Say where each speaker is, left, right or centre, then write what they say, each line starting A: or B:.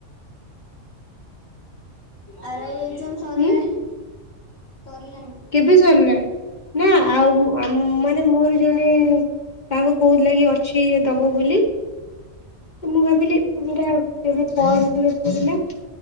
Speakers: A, on the left; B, on the left.
A: ଆରାଇ ଏ ଏଯାମ ସରିଲାଣି?
B: ହୁଁ
A: ସରିଲାଣି।
B: କେବେ ସରିଲାନି ନାଁ ଆଉ ଆମ ମାନେ ମୋର ଜଣେ ତାଙ୍କୁ କୋଉ ଲାଗି ଅଛି ଦବ ବୋଲି। ତ ମୁଁ ଭାବିଲି ମୋର ଆଉ ଗୋଟେ କଲ୍ <inaudible>